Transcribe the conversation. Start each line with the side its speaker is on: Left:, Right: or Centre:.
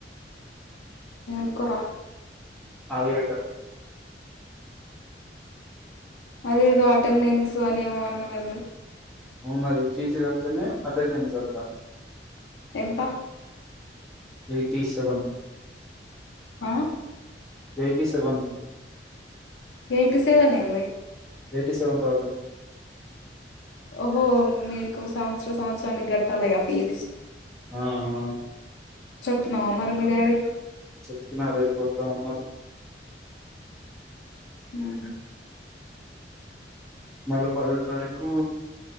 Left: ఏ కూరా
Centre: ఆలుగడ్డ
Left: అదే ఏదో అటెండెన్స్ అనిమో అన్నవ్ కదా నువ్వు
Centre: మరి ఫీజు కడుతేనే అటెండెన్స్ ఎత
Left: ఎంత
Centre: ఎయిటీ సెవెన్
Left: ఆ
Centre: ఎయిటీ సెవెన్
Left: ఏయిటీ సెవెన్ ఏంది
Centre: ఎయిటీ సెవన్ థౌజండ్
Left: ఓహో మీకు సంవత్సర సంవత్సరానికి కట్టాలిగా ఫీజు
Centre: ఆ ఆ
Left: సొ తినవ మరి మీ డాడికి
Centre: చెప్పిన రేపు పోత అన్నారు
Left: ఉహు
Centre: మళ్ళ పదో తారీకు